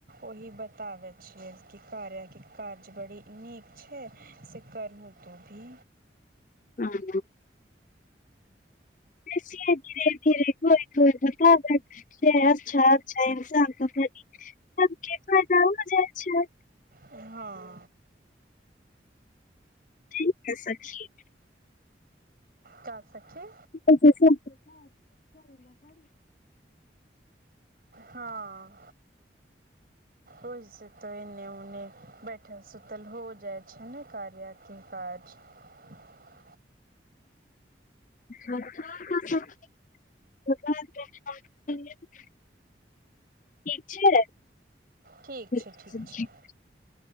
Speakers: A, on the right (about 50°); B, on the left (about 45°).
A: ओहि बतावे छिअई कि कार्या के कार काज बड़ी नीक छैइ से करहूं तू भी
B: हं हं बेसिये धीरे धीरे कोइ कोइ पता लगइ छैइ अच्छा अच्छा इन्सानके पता त केतना काम होउ जाय छै
A: हँ
B: ठीकै से सखी
A: कह सखी
B: करय छै
A: हँ ओहिसँ त एने उने बैठल सुतल हो जाइ छै ने कार्या के काज <unintelligible>
B: आओर सब सखी <unintelligible> ठीक छै
A: ठीक छै
B: ठीक
A: छै